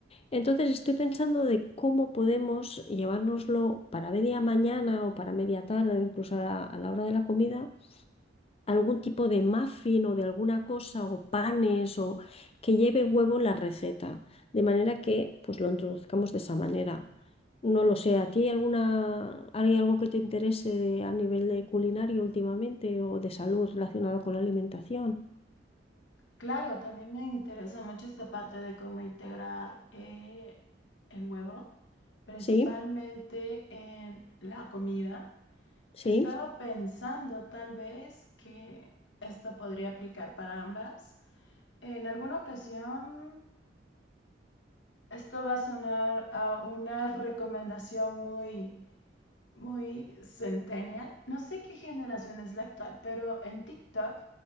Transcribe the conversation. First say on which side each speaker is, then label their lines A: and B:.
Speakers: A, on the left; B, on the left.
A: Entonces estoy pensando de cómo podemos llevárnoslo para media mañana o para media tarde, incluso a la, a la hora de la comida, algún tipo de muffin o de alguna cosa o panes o que lleve huevo en la receta, de manera que pues lo introduzcamos de esa manera. No lo sé, ¿a ti hay alguna, hay algo que te interese de- a nivel de culinario últimamente o de salud relacionado con la alimentación?
B: Claro, también me interesa mucho esta parte de cómo integrar eh, el huevo, principalmente
A: Sí,
B: en la comida.
A: sí,
B: Estaba pensando tal vez que esto podría aplicar para ambas. En alguna ocasión, esto va a sonar a una recomendación muy, muy centennial. No sé qué generación es la actual, pero en TikTok